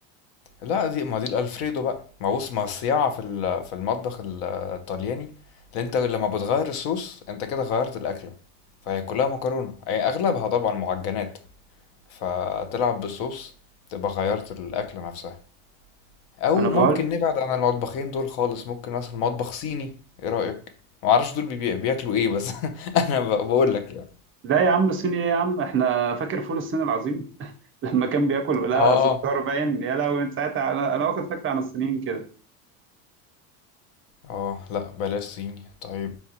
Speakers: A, on the left; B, on the right.
A: لا دي ما دي الألفريدو بقى ما بص ما الصياعة في ال- في المطبخ ال- الطلياني اللي انت لما بتغير الصوص انت كده غيرت الأكلة فهي كلها مكرونة أي أغلبها طبعا معجنات فتلعب بالصوص تبقى غيرت الأكلة نفسها او
B: ما أنا بقول
A: ممكن نبعد عن المطبخين دول خالص ممكن مثلا مطبخ صيني ايه رأيك ما اعرفش دول بيبي- بياكلوا ايه بس <laughs> انا ب- بقول لك يعني
B: لا يا عم الصيني إيه يا عم إحنا فاكر فول الصين العظيم <laughs> لما كان بياكل ولا
A: اه
B: زفار باين يا لهوي من ساعتها أنا أنا واخد فكرة عن الصينيين كده
A: اه لا بلاش صيني طيب